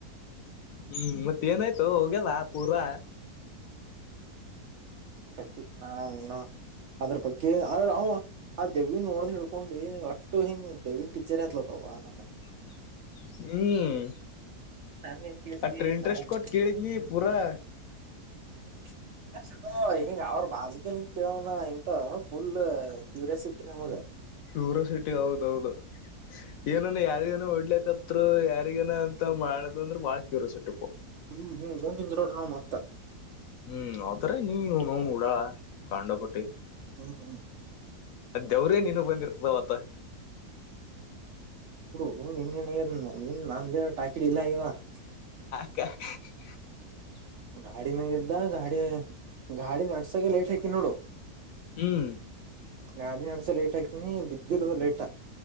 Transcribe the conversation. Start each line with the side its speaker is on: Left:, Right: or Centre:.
Left: ಹ್ಮ್ ಮತ್ತ ಏನಾಯ್ತು ಹೋಗ್ಯದಾ ಪೂರಾ.
Right: ಕತ್ತಿ ನ ನಾ ಅದ್ರ ಬಗ್ಗೆ ಆದ್ರ ಅವ ಆ ದೇವ್ವಿಗ್ ನೋಡೀನ್ ಹಿಡ್ ಹಕೊಂಡಿ ಒಟ್ಟು ಹಿಂಗ್ ದೆವ್ವಿನ್ ಪಿಕ್ಚರ್ ಹತ್ಲತವ ಆ ನಮನಿ
Left: <unintelligible> ಹ್ಮ್
Right: ನೀನ್ ನನ್ಗೇನ್ ಕೇಳ್ತಿ
Left: ಅಟ್ ಇಂಟ್ರೆಸ್ಟ್
Right: ನಾನ್
Left: ಕೊಟ್ಟ ಕೇಳಿದ್ ನೀ ಪೂರಾ.
Right: <unintelligible> ಈಗ ಅವ್ರ ಬಾಜುಕ ನಿಂತ ಕೇಳವನ ಇಂತ ಫುಲ್ ಕ್ಯೂರಿಯಾಸಿಟಿ ನಮಗ.
Left: ಕ್ಯೂರಸಿಟಿ ಹೌದೌದ. ಏನನು ಯಾರಿಗೇನ ಹೊಡ್ಲಕ್ಕತ್ರು ಯಾರಿಗೇನ ಅಂತ ಮಾಡುದುವ ಅಂದ್ರ ಬಾಳ ಕ್ಯೂರಸಿಟಿಪ್ಪ.
Right: ಹ್ಮ್ ಹ್ಮ್ ಮುಂದ ನಿಂದ್ರವರ್ ನಾವ್ ಮತ್ತ್.
Left: ಹ್ಮ್ ಅವತ್ರಾಗ ನೀ <unintelligible> ಉಡಾಳ್ ಕಂಡಪಟ್ಟಿ.
Right: ಹ್ಮ್ ಹ್ಮ್
Left: ಆ ದೇವ್ರೇ ನೀನಗ್ ಬಂದಿರ್ತದ ಅವತ್ತ.
Right: ಹಓ ನಿನ್ನ್ ನೀನ್ ನಿನ್ನ ನನ್ನ ನಂದೇನ ಟಾಕಿ ಡಿಲಾ ಆಗ್ಯಾವ್.
Left: <unintelligible>
Right: ಗಾಡಿ ಮ್ಯಾಗ ಇದ್ದ ಗಾಡಿ ಗಾಡಿ ನಡ್ಸಾಗೆ ಲೈಟ್ ಹಾಕಿನ್ ನೋಡು.
Left: ಹ್ಮ್
Right: ಗಾಡಿ ನಡ್ಸ ಲೇಟ್ ಹಾಕಿನಿ ಬಿದ್ದಿಲ್ಲ ಅದು ಲೈಟ್.